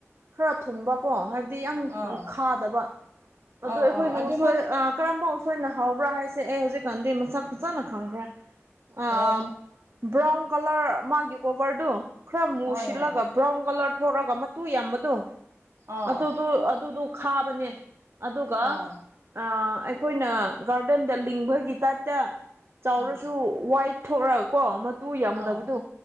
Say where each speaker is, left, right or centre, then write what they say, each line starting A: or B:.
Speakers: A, on the right; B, on the right.
A: ꯈꯔ ꯊꯨꯝꯕꯀꯣ ꯍꯥꯏ ꯌꯥꯝ
B: ꯑꯥ
A: ꯈꯥꯗꯕ ꯑꯗꯨ
B: ꯑꯥ
A: ꯑꯩꯈꯣꯏꯒꯤ
B: ꯑꯥ ꯑꯗꯨꯃꯛ
A: ꯎ ꯀꯔꯝꯕ ꯊꯣꯏꯅ ꯍꯥꯎꯕ꯭ꯔꯥ ꯍꯥꯏꯁꯦ ꯑꯩ ꯍꯧꯖꯤꯛꯀꯥꯟꯗꯤ ꯃꯁꯛ ꯐꯖꯥꯅ ꯈꯪꯈ꯭ꯔꯦ ꯑ
B: ꯑꯣ
A: ꯕ꯭ꯔꯥꯎꯟ ꯀꯂꯔ ꯃꯥꯒꯤ ꯀꯣꯕꯔꯗꯨ ꯈꯔ ꯃꯨ
B: ꯍꯣꯏ
A: ꯁꯤꯜꯂꯒ
B: ꯍꯣꯏ
A: ꯕ꯭ꯔꯥꯎꯟ ꯀꯂꯔ ꯊꯣꯛꯑꯒ ꯃꯇꯨ ꯌꯥꯝꯕꯗꯣ
B: ꯑꯥ
A: ꯑꯗꯨ ꯑꯗꯨꯗꯨꯣ ꯈꯥꯕꯅꯦ꯫ ꯑꯗꯨꯒ
B: ꯑꯥ
A: ꯑꯩꯈꯣꯏꯅ ꯒꯥꯔꯗꯦꯟꯗ ꯂꯤꯡꯕꯒꯤ ꯇꯥꯏꯞꯇ ꯆꯥꯎꯔꯁꯨ
B: ꯎꯝ
A: ꯋꯥꯏꯠ ꯊꯣꯛꯂꯒ ꯀꯣ ꯇꯨ ꯌꯥꯝꯗꯕꯗꯣ
B: ꯑꯥ